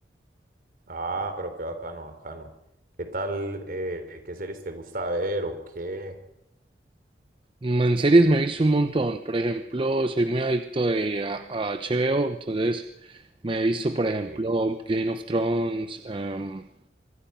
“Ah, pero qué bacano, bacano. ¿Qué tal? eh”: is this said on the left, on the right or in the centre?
Right